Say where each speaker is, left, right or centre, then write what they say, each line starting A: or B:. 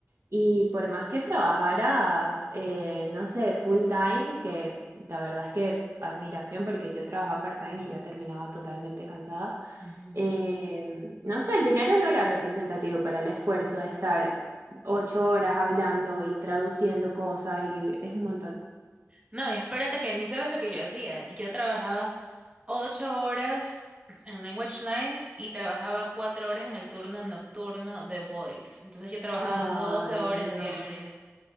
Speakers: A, on the right; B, on the right.
A: Y por más que trabajaras, eh, no sé, full time, que la verdad es que admiración porque yo trabajaba part-time y ya terminaba totalmente cansada,
B: Ujú.
A: eh, no sé, el dinero no era representativo para el esfuerzo de estar ocho horas hablando y traduciendo cosas y es un montón.
B: No, y espérate que ni sabes lo que yo hacía. Yo trabajaba ocho horas en Language Line y trabajaba cuatro horas en el turno nocturno de Voice. Entonces yo trabajaba
A: Ay,
B: 12 horas
A: no.
B: diarias.